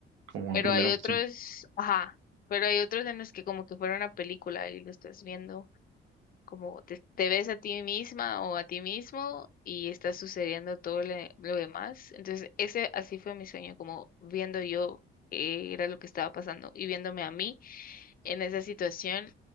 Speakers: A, on the right; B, on the left.
A: como
B: pero
A: en primera
B: hay otros,
A: persona.
B: ajá, pero hay otros en los que como que fuera una película y lo estás viendo. como te, te ves a ti misma o a ti mismo y está sucediendo todo le- lo, demás. Entonces, ese así fue mi sueño, como viendo yo qué era lo que estaba pasando y viéndome a mí en esa situación.